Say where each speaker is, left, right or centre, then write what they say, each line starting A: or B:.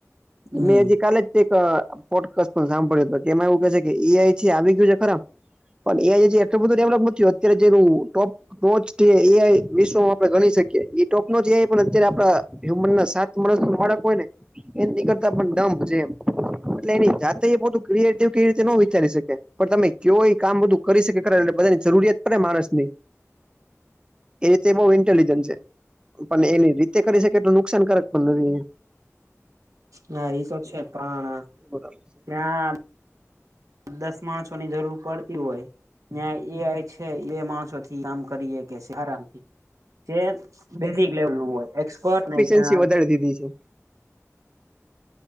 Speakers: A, on the right; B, on the right.
A: હમ
B: મે હજી કાલે જ એક આમ પોટ કસ સાંભળ્યું હતો એમાં એવું કે છે કે એઆઈથી આવી ગયું છે ખરા. પન એએઆઈથી એટલું બધું ડેવલોપ નથ થ્યું અત્યારે જેટલું ટોપ પહોંચથી એઆઈ વિશ્વમાં આપડે ગણી શકીએ એ ટોપનો જે પણ અત્યારે આપડા હ્યુમન ના સાત માણસ ન બાળક હોય ને એની કરતા પણ ડંપ જેમ એટલે એની જાતે એ બધું ક્રિએટિવ કે એવી રીતે ન વિચારી શકે. પણ તમે કયો ઈ કામ બધું કરી શકે ખરા એટલે બધાની જરૂરિયાત પડે માણસ ની. એ રીતે બહું ઇન્ટેલિજન્ટ છે પન એની રીતે કરી શકે એટલુ નુકસાનકારક પન નથી.
A: ના ઈ તો છે પણ
B: બરાબર છે
A: ત્યાં દસ માણસોની જરૂર પડતી હોય ન્યા એઆઈ છ થે એઆઈ માણસો થી કામ કરીએ કેસે આરામથી જે બેઝિક લેવલ નું હોય એક્સપર્ટ ને જ્યાં
B: સિન્સી વધારી દીધી છે.